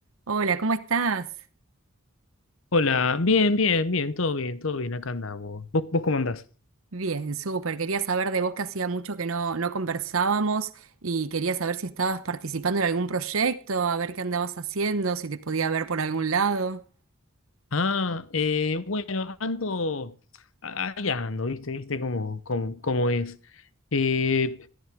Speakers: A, on the right (about 70°); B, on the left (about 65°).
A: Hola, ¿cómo estás?
B: Hola, bien, bien, bien, todo bien, todo bien, acá andamos. ¿Vos, vos cómo andás?
A: Bien, súper. Quería saber de vos que hacía mucho que no, no conversábamos y quería saber si estabas participando en algún proyecto, a ver qué andabas haciendo, si te podía ver por algún lado.
B: Ah, eh, bueno, ando, a- ahí ando, viste, viste cómo, cómo, cómo es. Eh,